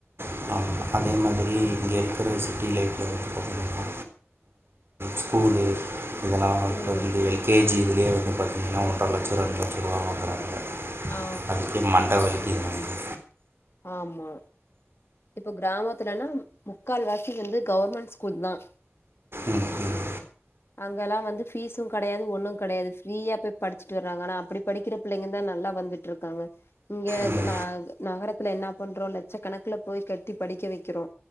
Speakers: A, on the right; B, on the left.
A: ஆமாம் அதே மாதிரி இங்கே இருக்கிற சிட்டி லைஃப்ல வந்து பார்த்திங்கன்னா ஸ்கூலு இதெல்லாம் இப்போ
B: ம்
A: வந்து எல்கேஜி இதுலேயே வந்து பார்த்திங்கன்னா ஒன்றரை லட்சம் ரெண்டு லட்ச ரூபா வாங்குறாங்க
B: ஆ
A: அதுக்கே மண்ட வலிக்குது நமக்கு
B: ஆமா இப்ப கிராமத்துலன்னா முக்கால் வாசி வந்து கவர்மெண்ட் ஸ்கூல் தான்
A: ம் ம்
B: அங்க எல்லாம் வந்து ஃபீஸும் கெடையாது ஒண்ணும் கெடையாது ஃப்ரீயா போய் படிச்சுட்டு வர்றாங்க ஆனா அப்படி படிக்கிற பிள்ளைங்க தான் நல்லா வந்துட்டு இருக்காங்க இங்க
A: ம்
B: ந நகர த்துல என்ன பண்றோம் லட்ச கணக்குல போய் கட்டி படிக்க வைக்கிறோம்